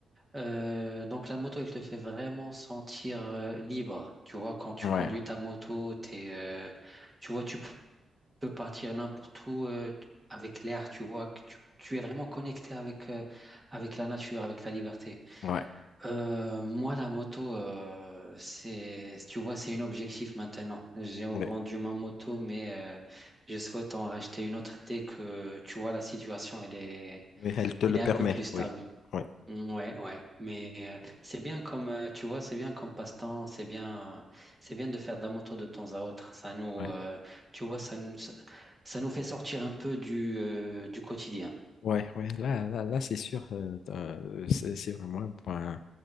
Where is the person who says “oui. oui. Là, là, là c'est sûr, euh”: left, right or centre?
Left